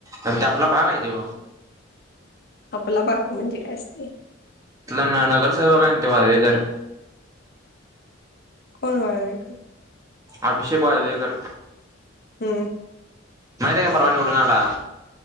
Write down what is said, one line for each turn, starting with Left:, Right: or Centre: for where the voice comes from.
Right: आर ते आपला भाग आहे तो.
Left: आपला भाग म्हणजे, काय असतय.
Right: तुझा नगरसेवक हाय ना तो वाळवेकर.
Left: कोण वाळवेकर?
Right: अभिषेक वाळवेकर.
Left: हम्म.
Right: माहित आहे काय परवा निवडून आला.